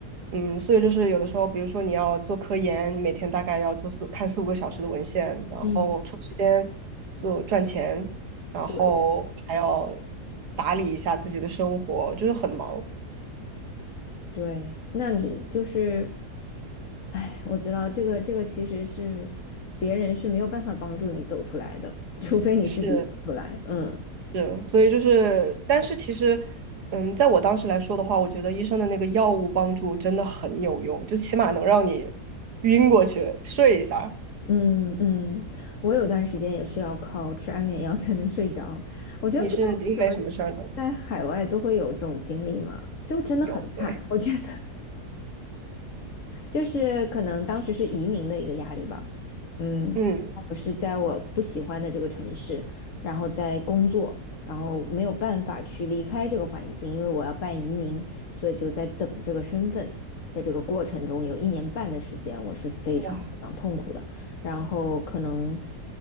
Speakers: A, on the right; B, on the left.
A: 嗯，所以就是有的时候，比如说你要做科研，你每天大概要做四看四五个小时的文献，然后抽时间做赚钱，
B: 嗯，
A: 然后还要
B: 对对
A: 打理一下自己的生活，就是很忙。
B: 对，那你就是，哎，我知道这个这个其实是别人是没有办法帮助你走出来的，除非你自己走出来。
A: 是，
B: 嗯
A: 是，所以就是，但是其实，嗯，在我当时来说的话，我觉得医生的那个药物帮助真的很有用，就起码能让你晕过去睡一下。
B: 嗯嗯，我有段时间也是要靠吃安眠药才能睡着。我觉得不知道为什么
A: 你是因为什么事儿呢？
B: 在海外都会有这种经历嘛，就真的很惨。
A: 有，对，
B: 我觉得就是可能当时是移民的一个压力吧。嗯，
A: 嗯，
B: 然后我是在我不喜欢的这个城市，然后在工作，然后没有办法去离开这个环境，因为我要办移民，所以就在等这个身份的这个过程中，有一年半的时间，我是非常非常痛苦的。
A: 哇，
B: 然后可能